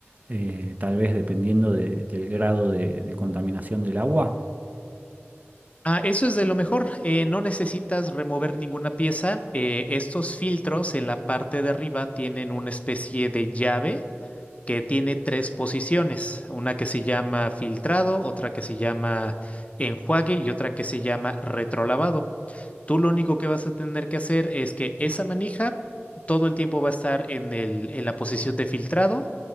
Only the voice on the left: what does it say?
Ah, eso es de lo mejor. eh, no necesitas remover ninguna pieza. eh, estos filtros en la parte de arriba tienen una especie de llave que tiene tres posiciones, una que se llama filtrado, otra que se llama enjuague y otra que se llama retrolavado. Tú lo único que vas a tener que hacer es que esa manija todo el tiempo va a estar en el, en la posición de filtrado